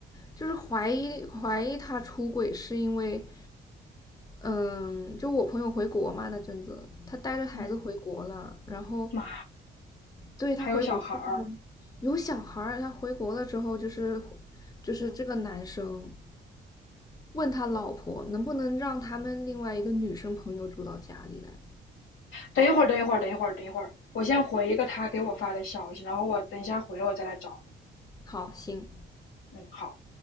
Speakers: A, on the left (about 20°); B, on the left (about 80°).
A: 就是怀疑怀疑他出轨是因为，嗯，就我朋友回国嘛那阵子，他带着孩子回国了，
B: 嗯，
A: 然后
B: 妈，
A: 对他回国的时候
B: 还有小孩儿，
A: 有小孩儿，他回国了之后就是就是这个男生。问他老婆能不能让他们另外一个女生朋友住到家里来。
B: 等一会儿，等一会儿，等一会儿，等一会儿，我先回一个他给我发的消息，然后我等一下回来我再来找你，
A: 好，行，
B: 嗯，好。